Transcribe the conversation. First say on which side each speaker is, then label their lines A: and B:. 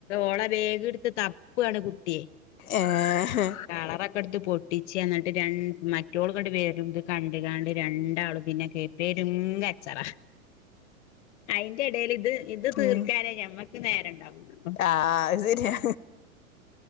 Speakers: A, on the left; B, on the left.
A: ഓള ബാഗ് എടുത്ത് തപ്പാണ് കുട്ടിയെ
B: ഏ ഹെ
A: കളറൊക്കെ എടുത്ത് പൊട്ടിച്ച എന്നിട്ട് രണ്ട് മറ്റുള് കണ്ട് വേരുമ്പോ ഇത് കണ്ട്ക്കാണ്ട് രണ്ടാളും പിന്നെ കേറി പെരും കച്ചറ അയിന്റെ ഇടയിൽ ഇത് ഇത് തീർക്കാനേ
B: ഉം
A: ഞമ്മക്ക് നേരം ഉണ്ടാവുള്ളൂ.
B: ആഹ് അത് ശരിയാ